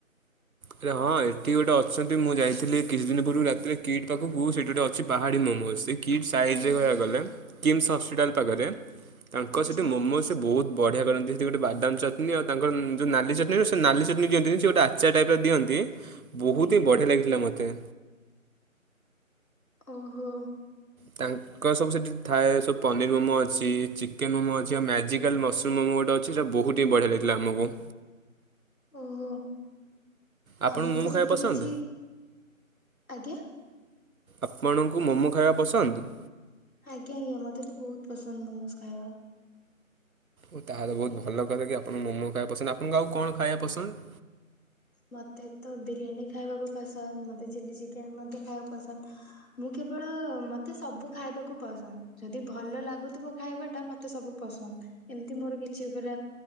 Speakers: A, on the right; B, on the left.
A: ଆରେ ହଁ ଏଠି ଗୋଟେ ଅଛନ୍ତି ମୁଁ ଯାଇଥିଲି କିଛି ଦିନ ପୂର୍ବରୁ ରାତିରେ କିଟ୍ ପାଖକୁ ସେଇଠି ଗୋଟେ ଅଛି ପାହାଡ଼ି ମୋମୋସିକ। କିଟ୍ ସାହିଜରେ
B: ଆଜ୍ଞା
A: କହିବାକୁ ଗଲେ କିମ୍ସ୍ ହସ୍ପିଟାଲ ପାଖରେ ତାଙ୍କ
B: ଆଚ୍ଛା।
A: ସେଇଠି ମୋମୋସ୍ ସେ ବହୁତ ବଢିଆ କରନ୍ତି ସେ ଗୋଟେ ବାଦାମ ଚଟଣି ଆଉ ତାଙ୍କର ଯୋଉ ନାଲି ଚଟଣି ସେ ନାଲି ଚଟଣି ଦିଅନ୍ତିନି ସେ ଗୋଟେ ଆଚାର ଟାଇପର ଦିଅନ୍ତି ବହୁତି
B: ଆଜ୍ଞା।
A: ହି ବଢିଆ ଲାଗିଥିଲା ମତେ।
B: ଓହୋ।
A: ତାଙ୍କର ସବୁ ସେଠି ଥାଏ ସବୁ ପନିର ମୋମୋ ଅଛି ଚିକେନ ମୋମୋ ଅଛି ମ୍ୟାଜିକାଲ୍ ମସଲ ମୋମୋ ଗୋଟେ ଅଛି ସେଇଟା ବହୁତହି ବଢିଆ ଲାଗଥିଲା ଆମକୁ।
B: ଓହୋ
A: ଆପଣଙ୍କୁ
B: ଆମେ
A: ମୋମୋ
B: ତ ସେଠି
A: ଖାଇବା ପସନ୍ଦ
B: କିଛି ଆଜ୍ଞା।
A: ଆପଣଙ୍କୁ ମୋମୋ ଖାଇବା ପସନ୍ଦ।
B: ଆଜ୍ଞା ଆଜ୍ଞା ମତେ ତ ବହୁତ ପସନ୍ଦ ମୋମୋସ ଖାଇବା।
A: ଓ ତାହା ତ ବହୁତ ଭଲ କଥା କି ଆପଣଙ୍କୁ ମୋମୋ ଖାଇବା ପସନ୍ଦ ଆପଣଙ୍କୁ ଆଉ କଣ ଖାଇବା ପସନ୍ଦ?
B: ମତେ ତ ବିରିୟାନୀ ଖାଇବାକୁ ପସନ୍ଦ ମୋତେ ଚିଲ୍ ଚିକେନ ମଧ୍ୟ ଖାଇବାକୁ ପସନ୍ଦ ଆ ମୁଁ କେବଳ ମତେ ସବୁ ଖାଇବାକୁ ପସନ୍ଦ ଯଦି ଭଲ ଲାଗୁଥିବ ଖାଇବା ଟା ମତେ ସବୁ ପସନ୍ଦ ଏମତି ମୋର କିଛି ପୁରା